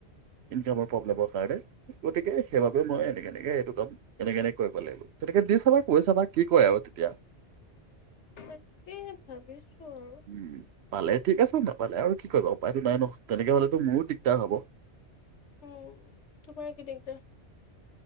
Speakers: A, on the right; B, on the left.
A: ইনকামৰ প্ৰব্লেমৰ কাৰণে গতিকে সেইবাবে মই এনেকে এনেকে এইটো কাম এনেকে এনেকে কৰিব লাগিব তেনেকে দি চাবা কৈ চাবা কি কয় আৰু তেতিয়া
B: তাকে ভাবিছো আৰু
A: উম পালে ঠিক আছে নাপালে আৰু কি কৰিবা উপায়তো নাই নহয় তেনেকে হলেতো মোৰো দিগদাৰ হব
B: উম তোমাৰ কি দিগদাৰ